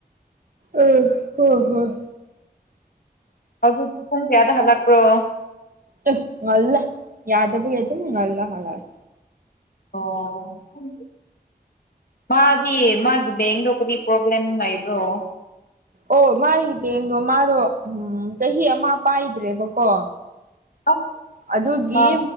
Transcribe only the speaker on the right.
ꯑꯪ ꯍꯣꯏꯍꯣꯢ
ꯑꯦ ꯉꯜꯂꯦ ꯌꯥꯗꯕꯒꯤ ꯑꯗꯨꯝ ꯉꯜꯂ ꯍꯜꯂꯛꯑꯦ
ꯑꯣ ꯃꯥꯒꯤ ꯕꯦꯡꯗꯣ ꯃꯥꯗꯣ ꯎꯝ ꯆꯍꯤ ꯑꯃ ꯄꯥꯏꯗ꯭ꯔꯦꯕꯀꯣ
ꯑꯗꯨꯒꯤ